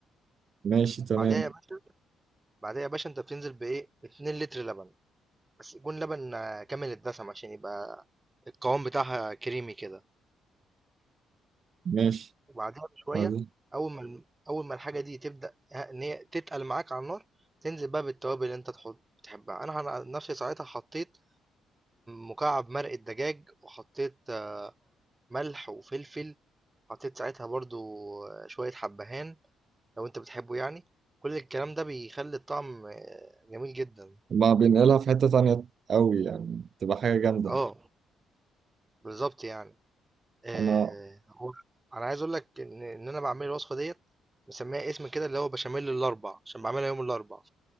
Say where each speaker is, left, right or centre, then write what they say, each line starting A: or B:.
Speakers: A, on the right (about 50°); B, on the right (about 20°).
A: ماشي تمام
B: بعدها يا باشا بعدها يا باشا انت بتنزل بايه 2 لتر لبن بس يكون لبن آه، كامل الدسم عشان يبقى القوام بتاعها كريمي كده
A: ماشي
B: وبعدها بشوية
A: عادي
B: اول ما الم- اول ما الحاجة دي تبدأ ه- ان هي تتقل معاك على النار تنزل بقى بالتوابل اللي انت تحط بتحبها انا عن نفسي ساعتها حطيت مكعب مرق الدجاج وحطيت ملح وفلفل، حطيت ساعتها برضو شوية حبهان لو أنت بتحبه يعني، كل الكلام ده بيخلي الطعم آه، جميل جدًا.
A: ما بينقلها في حتة تانية قوي يعني تبقى حاجة جامدة
B: آه، بالضبط يعني. آآ
A: انا
B: هو أنا عايز أقول لك إن إن أنا باعمل الوصفة ديّة مسميها اسم كده اللي هو بشاميل الأربع، عشان باعملها يوم الأربع.